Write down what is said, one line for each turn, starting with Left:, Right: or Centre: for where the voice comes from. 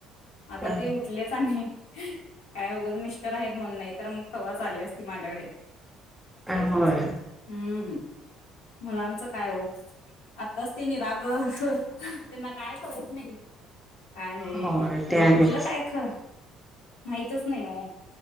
Left: आता
Centre: अ
Left: ते उठलेच आणि काय उगच मिश स्टर आहेत म्हणून नाही तर मग तवाच आली असती माझ्याकडे असय
Centre: होय
Left: तीच हम्म ह मुलांचं काय हो आताच तेनी राग त्यांना काय कळत नाही. काय हे
Centre: होय
Left: म्हणजे
Centre: ते आहेच
Left: कुठलं काय ख माहितच नाही हो.